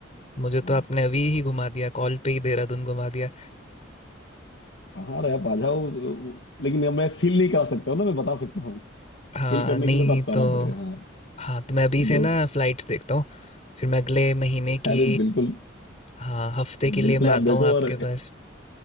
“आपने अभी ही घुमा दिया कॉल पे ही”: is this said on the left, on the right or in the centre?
Left